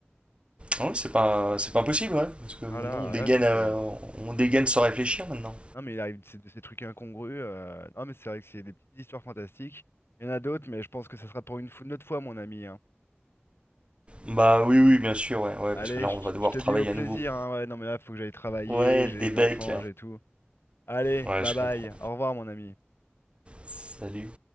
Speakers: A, on the right; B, on the left.
A: Ah oui, c'est pas, c'est pas impossible, ouais. Parce que maintenant,
B: Ah là,
A: on dégaine,
B: là, c'était.
A: euh, on dégaine sans réfléchir maintenant.
B: Non, mais il arrive de ces, de ces trucs incongrus. euh, Non, mais c'est vrai que c'est des petites histoires fantastiques. Il y en a d'autres, mais je pense que ça sera pour une, fou- une autre fois, mon ami. hein.
A: Bah oui, oui, bien sûr, ouais, ouais,
B: Allez,
A: parce que là,
B: je,
A: on
B: te
A: va devoir
B: je te
A: travailler
B: dis au plaisir.
A: à nouveau.
B: hein, ouais, non, mais là, faut que j'aille travailler,
A: Ouais,
B: j'ai les
A: des becs.
B: enfants, j'ai tout. Allez,
A: Ouais,
B: bye
A: je
B: bye.
A: comprends.
B: Au revoir, mon ami.
A: Salut.